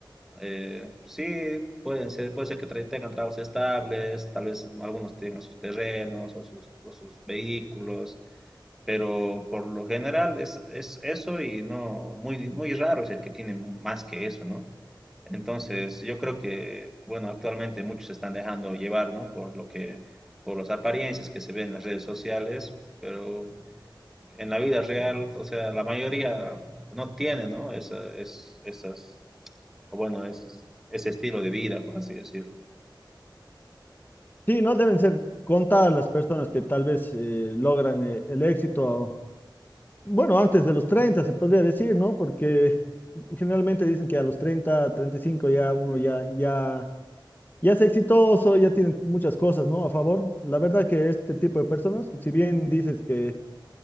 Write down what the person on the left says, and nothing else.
Sí, no deben ser contadas las personas que tal vez eh, logran eh, el éxito Bueno, antes de los 30 se podría decir, ¿no? Porque generalmente dicen que a los treinta, treinta y cinco ya uno ya, ya, ya es exitoso, ya tiene muchas cosas, ¿no? A favor. La verdad que este tipo de personas, si bien dices que